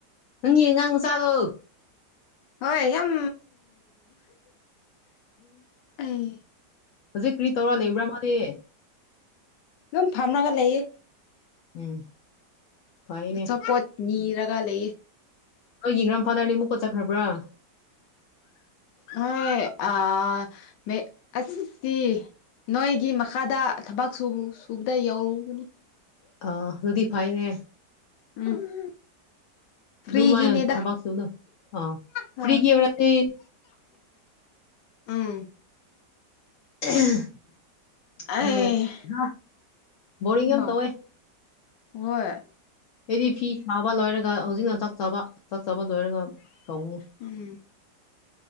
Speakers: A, on the left; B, on the left.
A: ꯅꯪꯒꯤ ꯑꯉꯥꯡ ꯃꯆꯥꯗꯣ
B: ꯍꯣꯏ ꯌꯥꯝ ꯑꯩ
A: ꯍꯧꯖꯤꯛ ꯀ꯭ꯔꯤ ꯇꯧꯔ ꯂꯩꯕ꯭ꯔꯥ ꯃꯥꯗꯤ?
B: ꯗꯨꯝ ꯐꯝꯔꯒ ꯂꯩꯌꯦ꯫
A: ꯎꯝ ꯐꯩꯅꯦ
B: ꯑꯆꯥꯄꯣꯠ ꯅꯤꯔꯒ ꯂꯩꯌꯦ꯫
A: ꯅꯣꯏꯒꯤ ꯒꯥꯔꯟꯐꯥꯗꯔꯗꯤ ꯑꯃꯨꯛꯀ ꯆꯠꯈ꯭ꯔꯕꯔꯥ?
B: ꯍꯣꯏ ꯑꯥ ꯃꯦ ꯑꯁꯇꯤ ꯅꯣꯏꯒꯤ ꯃꯈꯥꯗ ꯊꯕꯛ ꯁꯨ ꯁꯨꯕꯗ ꯌꯧꯕꯅꯤ
A: ꯑꯥ ꯑꯗꯨꯗꯤ ꯐꯩꯅꯦ
B: ꯎꯝ ꯐ꯭ꯔꯤꯒꯤꯅꯦꯗ
A: ꯑꯗꯨꯃꯥꯏ ꯊꯕꯛ ꯁꯨꯕꯗꯨ ꯑꯥ
B: ꯍꯥ
A: ꯐ꯭ꯔꯤꯒꯤ ꯑꯣꯏꯔꯗꯤ
B: ꯎꯝ
A: <unintelligible>
B: ꯑꯩ
A: ꯕꯣꯔꯤꯡ ꯌꯥꯝ
B: ꯃꯝ
A: ꯇꯧꯋꯦ
B: ꯍꯣꯏ
A: ꯑꯩꯗꯤ ꯐꯤ ꯁꯥꯕ ꯂꯣꯏꯔꯒ ꯍꯧꯖꯤꯛꯅ ꯆꯥꯛ ꯆꯥꯕ ꯆꯥꯛ ꯆꯥꯕ ꯂꯣꯏꯔꯒ ꯇꯧꯅꯤ꯫
B: ꯎꯝ